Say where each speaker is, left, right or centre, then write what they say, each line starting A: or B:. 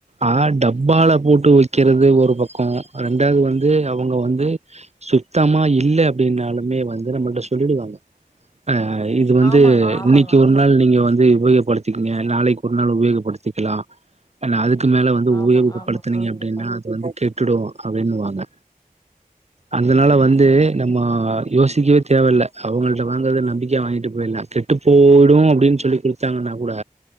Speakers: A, on the right; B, on the left.
A: ஆனா டப்பால போட்டு வைக்கிறது ஒரு பக்கம் ரெண்டாவது வந்து அவங்க வந்து சுத்தமா இல்ல அப்படின்னாலுமே வந்து நம்மளிட்ட சொல்லிடுவாங்க ஆ இது வந்து
B: ஆமாங்க ஆமாங்க
A: இன்னைக்கு ஒரு நாள் நீங்க வந் உபயோகப்படுத்தத்திக்கங்க நாளைக்கு ஒரு நாள் உபயோகப்படுத்திக்கலா நா அதுக் க்கு மேல வந்து
B: ஆமா
A: உபயோகப்படுத்தனீங்க
B: ஆமா கண்டிப்பா.
A: அப்படின்னா அது வந்து கெட்டும் அப்படின்னுவாங்க அதனால வந்து நம்ம யோசிக்கவே தேவல்ல அவங்கள்ட்ட வாங்கறத நம்பிக்கைய வாங்கிட்டு போயிடலா கெட்டு போயிடு அப்படின்னு சொல்லி கொடுத்தாங்கன்னா கூட